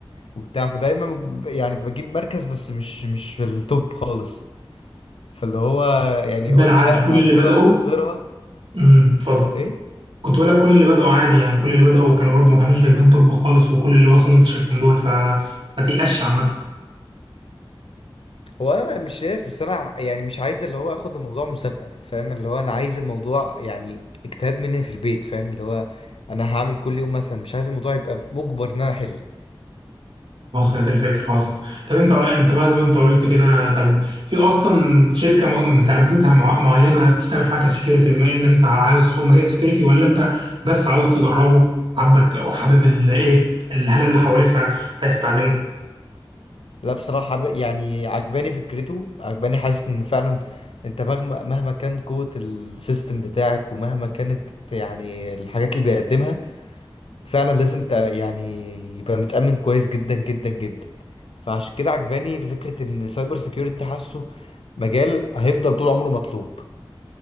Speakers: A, on the left; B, on the right.
A: وبتاع فدايما ب- يعني بجيب مركز بس مش مش في التوب خالص فاللي هو يعني
B: ده
A: قلت
B: عادي
A: لا
B: كل
A: ما
B: اللي
A: اخدها
B: بداوا
A: من مصيرها
B: امم اتفضل
A: اخو ايه
B: كنت بقول لك كل اللي بدأوا عادي يعني كل اللي بدأوا كانوا برضو ما كانوش جايبين طب خالص وكل اللي وصلوا انت شايفهم دول فما تيأسش عامة
A: هو انا مش ياس بس انا ع- يعني مش عايز اللي هو اخد الموضوع مسابقه فاهم اللي هو انا عايز الموضوع يعني اجتهاد مني في البيت فاهم اللي هو انا هعمل كل يوم مثلا مش عايز الموضوع يبقى مجبر ان انا احل
B: وصلت الفكرة وصلت طب انت انت بقى زي ما انت قلت كده طب في اصلا شركة م- تارجتها مع- معينة بتشتغل في حاجة سكيورتي بما ان انت عاوز تدخل مجال السكيورتي ولا انت بس عاوز تجربه حبك او حابب الايه الهالة اللي حواليه فعايز تتعلمه
A: لا بصراحة حب- يعني عجباني فكرته عجباني حاسس ان فعلا انت مهما مهما كان قوة السيستم بتاعك ومهما كانت يعني الحاجات اللي بيقدمها فعلا لازم تبقى- يعني يبقى متأمن كويس جدا جدا جدا فعشان كده عجباني فكرة ان سايبر سيكيورتي حاسه مجال هيفضل طول عمره مطلوب